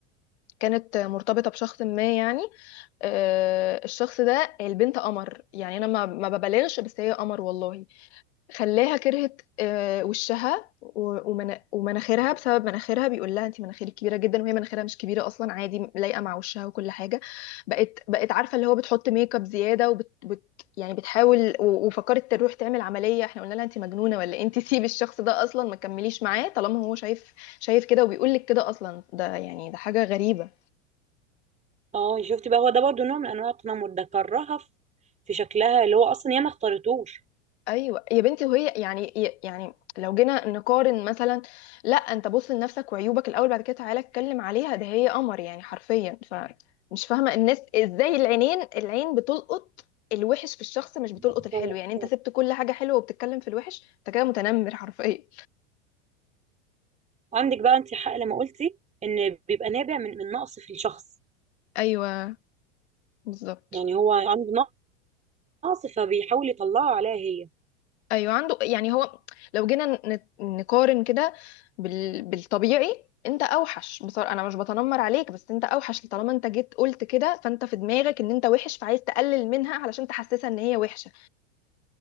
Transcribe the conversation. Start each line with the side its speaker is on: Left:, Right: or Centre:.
Left: كانت مرتبطة بشخص ما يعني آه، الشخص ده البنت قمر يعني انا ما ما ببالغش بس هي قمر والله خلاها كرهت آه، وشها و- ومنا- ومناخيرها بسبب مناخيرها بيقول لها انت مناخيرك كبيرة جدا وهي مناخيرها مش كبيرة اصلا عادي لايقة مع وشها وكل حاجة بقت بقت عارفة اللي هو بتحط ميك اب زيادة وبت بت يعني بتحاول و- وفكرت تروح تعمل عملية احنا قلنا لها انت مجنونة ولا إيه؟ انت سيبي الشخص ده اصلا ما تكمليش معاه طالما هو شايف شايف كده وبيقول لك كده اصلا ده يعني ده حاجة غريبة
Right: اه شفتي بقى هو ده برضه نوع من انواع التنمر ده كرهها في في شكلها اللي هو اصلا هي ما اختارتوش
Left: ايوه يا بنتي وهي يعني يعني لو جينا نقارن مثلا لا انت بص لنفسك وعيوبك الاول بعد كده تعالى اتكلم عليها ده هي قمر يعني حرفيا فمش فاهمه الناس ازاي العينين العين بتلقط الوحش في الشخص مش بتلقط
Right: بس-
Left: الحلو يعني انت
Right: آه.
Left: سبت كل حاجه حلوه وبتتكلم في الوحش انت كده متنمر حرفيا
Right: عندك بقى انت حق لما قلتي ان بيبقى نابع من من نقص في الشخص
Left: ايوه بالظبط
Right: يعني هو عنده نقص فبيحاول يطلعه عليها هي
Left: ايوه عنده يعني هو لو جينا نت- نقارن كده بال... بالطبيعي انت اوحش بصراحه انا مش بتنمر عليك بس انت اوحش طالما انت جيت قلت كده فانت في دماغك ان انت وحش فعايز تقلل منها علشان تحسسها ان هي وحشه